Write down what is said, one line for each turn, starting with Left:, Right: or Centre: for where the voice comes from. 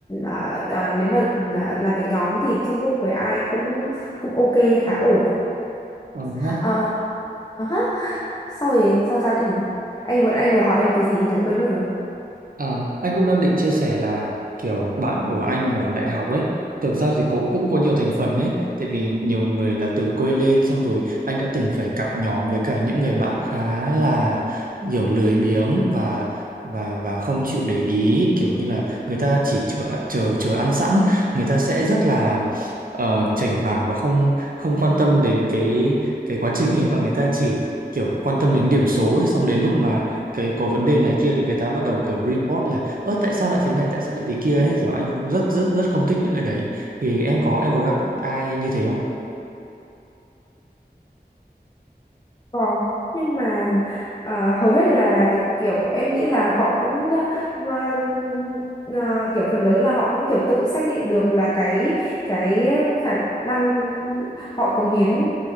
Left: à, à, nếu mà à, làm việc nhóm thì teamwork với ai cũng cũng ok khá ổn
Right: Ờ
Left: Ờ,
Right: hả.
Left: ờ hớ. sau rồi sau sao nữa nhỉ anh vừa anh vừa hỏi em cái gì ấy nhỉ quên mất rồi
Right: À, anh cũng đang định chia sẻ là kiểu bạn của anh ở đại học ấy, thực ra thì cũng cũng có nhiều thành phần ấy, tại vì nhiều người là từ quê lên xong rồi anh đã từng phải cặp nhóm với cả những người bạn khá là kiểu lười biếng và và và không chịu để ý, kiểu như là người ta chỉ chờ chờ chờ ăn sẵn, người ta sẽ rất là uh, chểnh mảng và không không quan tâm đến cái cái quá trình ấy mà người ta chỉ kiểu quan tâm đến điểm số ấy, xong đến lúc mà cái có vấn đề này kia thì cái tá bắt đầu kiểu report là ơ tại sao lại thế này tại sao lại thế kia ấy kiểu anh cũng rất rất rất không thích những cái đấy thì em có em có gặp ai như thế không
Left: Có, nhưng mà à, hầu hết là kiểu em nghĩ là họ cũng à, mà, à, kiểu phần lớn là họ cũng kiểu tự xác định được là cái cái khả năng họ cống hiến